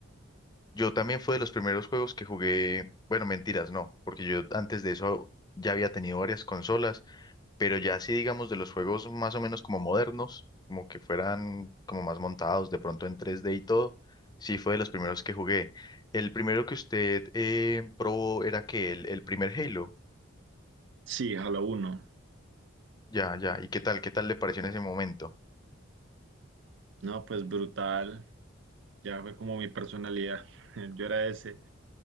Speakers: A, on the left (about 20°); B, on the right (about 60°).
A: Yo también fue de los primeros juegos que jugué, bueno, mentiras, no, porque yo antes de eso ya había tenido varias consolas, pero ya sí, digamos, de los juegos más o menos como modernos, como que fueran como más montados, de pronto en tres d y todo, sí fue de los primeros que jugué. El primero que usted eh, probó era que el, el primer Halo,
B: Sí, Halo uno
A: ya, ya, ¿y qué tal? ¿Qué tal le pareció en ese momento?
B: No, pues brutal. Ya fue como mi personalidad. <laughs> Yo era ese.